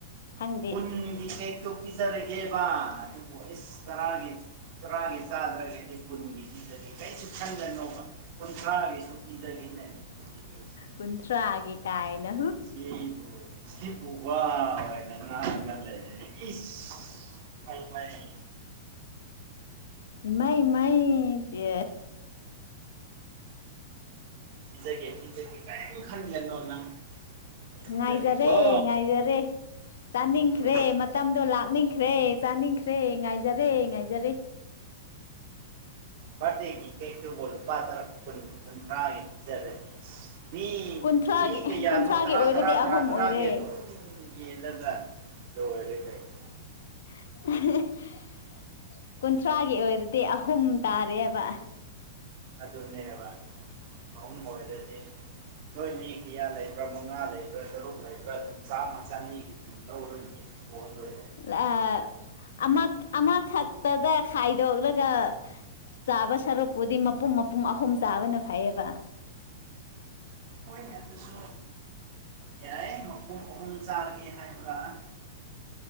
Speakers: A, on the left; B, on the right.
A: ꯈꯪꯗꯦ
B: ꯀꯨꯟꯒꯤ ꯀꯦꯛꯇꯣ ꯄꯤꯖꯔꯒꯦꯕ ꯑꯗꯨꯕꯨ ꯏꯁ ꯇꯔꯥꯒꯤ ꯇꯔꯥꯒꯤ ꯆꯥꯗ꯭ꯔꯒꯗꯤ ꯀꯨꯟꯒꯤ ꯄꯤꯖꯒꯦ ꯀꯩꯅꯣ ꯈꯟꯒꯅꯣꯕ ꯀꯨꯟꯊ꯭ꯔꯥꯒꯤꯁꯨ ꯄꯤꯖꯒꯦꯅꯦ ꯑꯗꯨꯕꯨꯗꯤ ꯀꯩꯁꯨ
A: ꯀꯨꯟꯊ꯭ꯔꯥꯒꯤ ꯀꯥꯏꯅ
B: ꯁꯤꯕꯨ ꯁꯤꯕꯨ ꯋꯥꯑꯣꯏ ꯅ ꯉꯥꯡꯉ ꯂꯩꯔꯦ ꯏꯁ ꯃꯩꯃꯩ
A: ꯏꯃꯩ ꯏꯃꯩ ꯇꯦ
B: ꯄꯤꯖꯒꯦ ꯄꯤꯖꯒꯦ ꯀꯩꯝ ꯈꯟꯒꯅꯣ ꯅꯪ ꯄꯤꯖꯒꯦꯀꯣ
A: ꯉꯥꯏꯖꯔꯦ ꯉꯥꯏꯖꯔꯦ ꯆꯥꯅꯤꯡꯈ꯭ꯔꯦ
B: ꯎꯝ
A: ꯃꯇꯝꯗꯣ ꯂꯥꯛꯅꯤꯡꯈ꯭ꯔꯦ ꯆꯥꯅꯤꯡꯈ꯭ꯔꯦ ꯉꯥꯏꯖꯔꯦ ꯉꯥꯏꯖꯔꯦ
B: ꯕꯥꯔꯗꯦꯒꯤ ꯀꯦꯛꯇꯨꯕꯨ ꯂꯨꯄꯥ ꯇꯔꯥ ꯀꯨꯟ ꯀꯨꯟꯊ꯭ꯔꯥꯥ ꯒꯤ ꯄꯤꯖꯔꯗꯤ ꯏꯁ ꯃꯤ
A: ꯀꯨꯟꯊ꯭ꯔꯥꯒꯤ
B: ꯃꯤ ꯀꯩꯌꯥꯅꯣ
A: ꯀꯨꯟꯊ꯭ꯔꯥꯒꯤ
B: ꯇꯔꯥ
A: ꯑꯣꯏꯔꯗꯤ
B: ꯇꯔꯥ ꯇꯔꯥ
A: ꯑꯍꯨꯝ
B: ꯇꯔꯥꯒꯤ
A: ꯑꯣꯏꯔꯦ
B: ꯑꯗꯨꯝ ꯌꯦꯜꯂꯒꯥ ꯂꯣꯏꯔꯦ ꯀꯩꯅꯣ
A: <unintelligible> ꯀꯨꯟꯊ꯭ꯔꯥꯒꯤ ꯑꯣꯏꯔꯗꯤ ꯑꯍꯨꯝ ꯇꯥꯔꯦꯕ
B: ꯑꯗꯨꯅꯦꯕ ꯑꯍꯨꯝ ꯑꯣꯏꯔꯗꯤ ꯅꯣꯏ ꯃꯤ ꯀꯌꯥ ꯂꯩꯕ꯭ꯔꯥ ꯃꯉꯥ ꯂꯩꯕ꯭ꯔꯥ ꯇꯔꯨꯛ ꯂꯩꯕ꯭ꯔꯥ ꯑꯗꯨꯝ ꯆꯥꯝꯃ ꯆꯅꯤꯒꯤ ꯗꯨꯝ ꯂꯧꯔꯥ ꯌꯦꯟꯊꯣꯛꯑ ꯂꯣꯏꯔꯦ
A: ꯂꯥ ꯑꯃ ꯑꯃꯈꯛꯇꯗ ꯈꯥꯏꯗꯣꯛꯂꯒ ꯆꯥꯕ ꯁꯔꯨꯛꯄꯨꯗꯤ ꯃꯄꯨꯝ ꯃꯄꯨꯝ ꯑꯍꯨꯝ ꯆꯥꯕꯅ ꯐꯩꯌꯦꯕ
B: ꯍꯣꯏꯅꯦ ꯑꯗꯨꯁꯨ ꯌꯥꯏ ꯃꯄꯨꯝ ꯑꯍꯨꯝ ꯆꯥꯒꯦ ꯍꯥꯏꯕ꯭ꯔꯥ